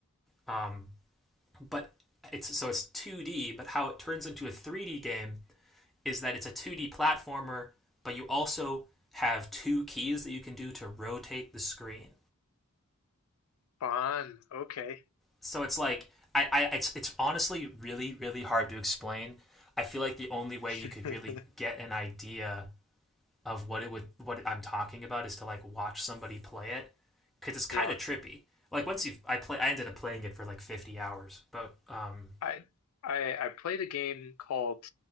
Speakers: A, in the centre; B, on the left.
A: um, but it's so it's 2D. But how it turns into a 3D game is that it's a 2D platformer, but you also have two keys that you can do to rotate the screen.
B: Bon. Okay.
A: so it's like I, I it's it's honestly really really hard to explain. I feel like the only way
B: <laughs>
A: you could really get an idea of what it would what I'm talking about is to like watch somebody play it because it's kind
B: Yeah.
A: of trippy. Like once you I play I ended up playing it for like 50 hours, but um
B: I I I played a game called